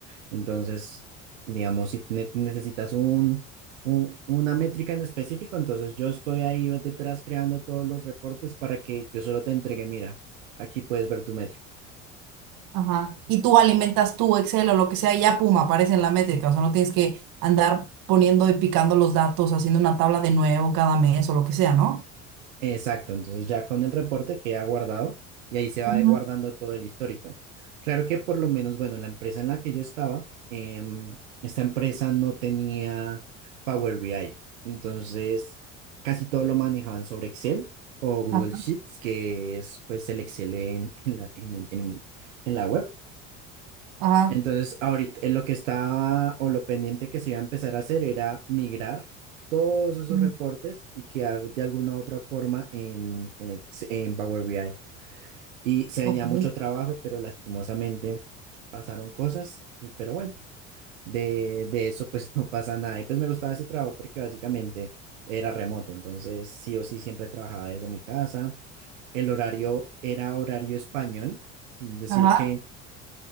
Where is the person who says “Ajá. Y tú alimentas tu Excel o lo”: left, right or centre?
Right